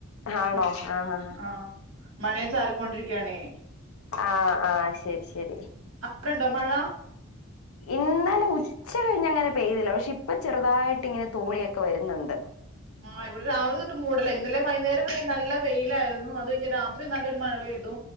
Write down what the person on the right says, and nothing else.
മ
ആഹ് മഴ ചാറി ക്കൊണ്ടിരിക്കാണേ
അവിടെണ്ടോ മഴ
ആഹ് ഇവിടെ രാവിലെ തൊട്ട് മൂടലേ ഇന്നലെ വൈകുന്നേരം വന്ന നല്ല വെയിലായിരുന്നു അത്കഴിഞ്ഞ രാത്രി നല്ലൊരു മഴെ പയ്തു